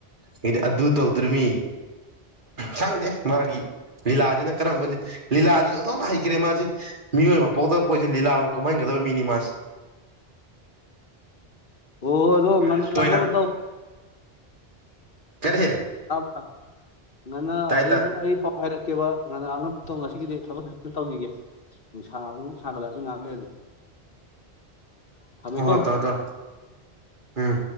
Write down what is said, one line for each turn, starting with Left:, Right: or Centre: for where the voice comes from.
Right: ꯍꯥꯏꯗꯤ ꯑꯗꯨ ꯇꯧꯗꯣꯔꯤꯃꯤ ꯈꯪꯗꯦ ꯃꯥꯒꯤ ꯂꯤꯂꯥꯗꯤꯅ ꯀꯔꯝꯕ ꯂꯤꯂꯥꯗꯤ ꯑꯣꯟꯊꯣꯛꯅ ꯍꯩꯈ꯭ꯔꯦ ꯃꯥꯁꯦ ꯃꯤꯑꯣꯏ ꯑꯃ ꯄꯣꯛꯗꯕ ꯄꯣꯠꯏꯁꯦ ꯂꯤꯂꯥ ꯑꯣꯏꯅ ꯀꯨꯝꯍꯟꯒꯗꯕ ꯃꯤꯅꯤ ꯃꯥꯁ
Left: ꯎꯑꯣ ꯑꯗꯣ
Right: ꯃꯥꯁꯦ
Left: ꯉꯟꯅ
Right: ꯁꯣꯏꯅ
Left: ꯂꯥꯛꯅꯕꯇꯧ
Right: ꯀꯔꯤ
Left: ꯑ ꯉꯟꯅ
Right: ꯇꯥꯏ
Left: ꯍꯌꯦꯡ
Right: ꯇꯥꯏ
Left: <unintelligible> ꯉꯥꯏꯔꯛꯀꯦꯕ ꯉꯔꯥꯡꯣ ꯉꯁꯤꯒꯤꯗꯤ ꯊꯕꯛ ꯇꯧꯈꯤꯒꯦ ꯅꯨꯡꯁꯥ ꯑꯃ ꯁꯥꯟꯅꯕꯅꯕꯗꯤ ꯉꯥꯏꯥꯛ ꯂꯩꯔꯗꯤ ꯊꯝꯃꯦꯀꯣ
Right: ꯍ ꯇ ꯇ ꯎꯝ